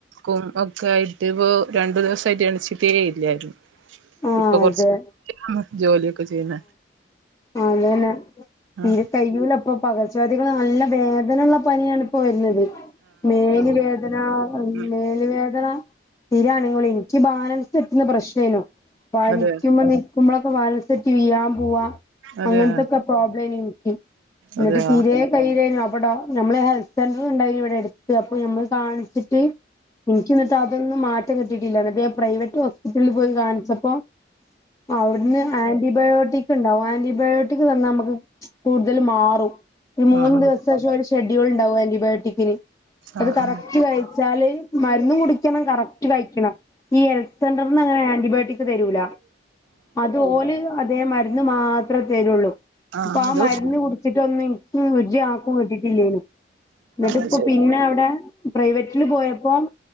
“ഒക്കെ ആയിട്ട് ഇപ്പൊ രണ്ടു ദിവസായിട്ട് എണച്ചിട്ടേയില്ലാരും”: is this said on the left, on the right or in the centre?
Right